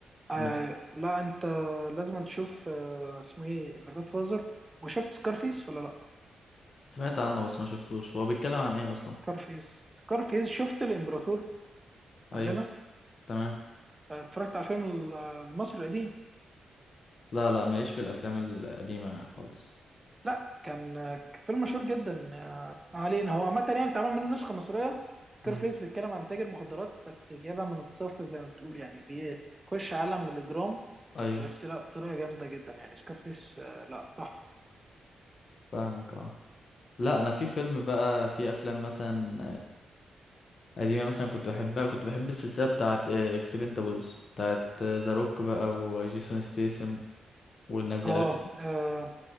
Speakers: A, on the right; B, on the left.
A: ايوه
B: م-
A: ايوه لا انت لازم تشوف آه، اسمه ايه ذا جاد فازر وشفت سكارفيس ولا لا؟
B: سمعت عنه بس ما شفتوش هو بيتكلم عن ايه اصلا
A: سكارفيس سكارفيس شفت الامبراطور
B: ايوه
A: عندنا
B: تمام
A: آه، اتفرجت على الفيلم ال- المصري القديم
B: لا لا ماليش في الافلام القديمه خالص
A: لا كان كان فيلم مشهور جدا آه، ما علينا هو عامة يعني اتعمل منه نسخة مصرية كارفيس
B: امم
A: بيتكلم عن تاجر مخدرات بس جايبها من الصفر زي ما بتقول يعني بيخش عالم الإجرام
B: ايوه
A: بس لا بطريقة جامدة جدا يعني سكارفيس آه لا تحفة
B: فاهمك اه لا انا في فيلم بقى في افلام مثلا قديمة مثلا كنت بحبها كنت بحب السلسلة بتاعت اكسبندابلز بتاعت ذا روك بقى وجيسون ستيسم والناس دي
A: اه
B: عارفها
A: آه،